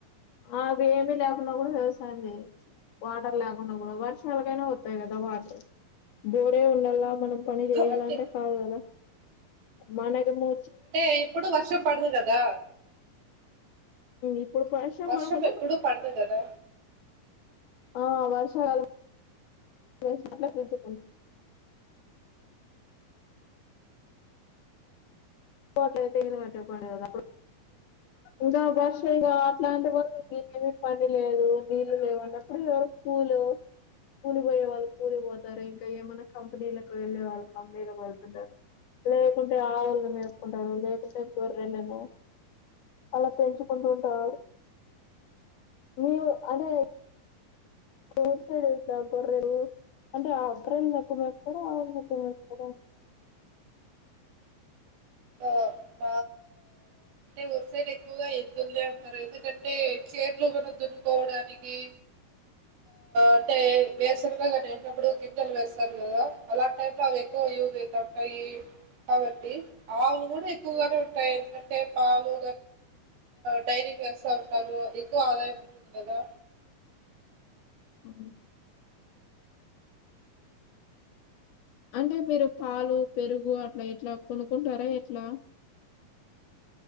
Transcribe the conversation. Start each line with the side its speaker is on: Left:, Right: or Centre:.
Left: అవి ఏమీ లేకుండా కూడా వ్యవసాయం చేయచ్చు వాటర్ లేకుండా కూడా వర్షాలకైనా వతాయి కదా వాటర్ బోరే ఉండలా మనం పని చేయాలంటే
Right: అంటే
Left: కాదు కదా మనగా మూ
Right: అంటే ఎప్పుడు వర్షం పడదు కదా
Left: ఇప్పుడు ప్రషం
Right: వర్షం
Left: మకు
Right: ఎప్పుడు పడదు కదా
Left: ఆ వర్షం చాల తకుదు అట్లయితే ఏన కట్టే పని కదా అప్పుడు ఇంకా బర్ష ఇ అట్లాంటి వాళ్ళ ఏమమి పని లేదు నీళ్ళు లేవు అన్నప్పుడుళ కూలు కూలిపోయే వాళ్ళు కూలిపోతారు ఇంకా ఏమైనా కంపెనీలకు వెళ్ళే వాళ్ళు కంపెనీకి వెళ్తుంటారు లేకుంటే ఆవుల మే ఉంటాడు లేకుంటే గొర్రెలను అలా పెంచుకుంటూ ఉంటాడు మీ అంటే ర్సడేా కూడే అంటే అప్రల్ నకు వస్తారా ఆళకు వస్తారా
Right: ఓ బ రు సైడ్ ఎక్కువగా ఎద్దులు ఉంటారు ఎందుకంటే చీర్లు మన దున్నుకోవడానికి అంటే వేసగానిప్పుడు గింజెలు వేస్తారు కదా అలా టై లో అ యూజ్ అయిత ఉంటాయి కాబట్టి ఆవులు కూడా ఎక్కువగానే ఏందుకంటే పాలు డైరీ కేస్తా ఉంటారు ఎక్కువ ఆదాయం ఉంటుంది కదా
Left: ఉ అంటే మీరు పాలు పెరుగు అట్ల ఎట్లా కొనుకుంటారా ఎట్లా